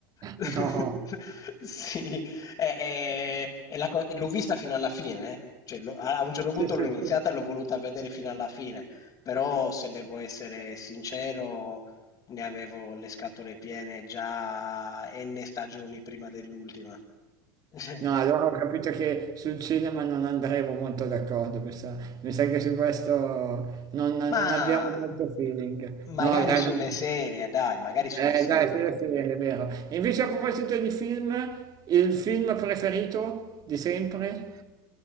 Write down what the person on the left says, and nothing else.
<laughs>
Sì, è- è- è la co- l'ho vista fino alla fine, eh. Cioè, l'ho- a a un certo
punto
l'ho iniziata
e l'ho voluta vedere fino alla fine, però se devo essere sincero, ne avevo le scatole piene già n stagioni prima dell'ultima. <laughs>
Ma
magari
sulle
serie, dai, magari sulle
serie.